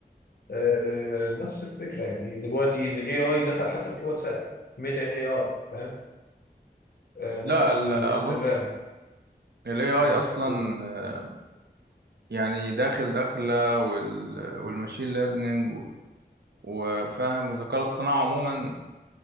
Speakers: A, on the left; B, on the right.
A: آه، نفس الفكره يعني دلوقتي الاي اي دخل حتى في الواتساب ميتا اي اي فاهم آه، دخل
B: لا
A: في
B: ال-
A: الانستجرام
B: بص ال AI
A: مم،
B: أصلا
A: قول
B: آه، يعني داخل داخلة وال والماشين ليرنينج وفاهم والذكاء الاصطناعي عموما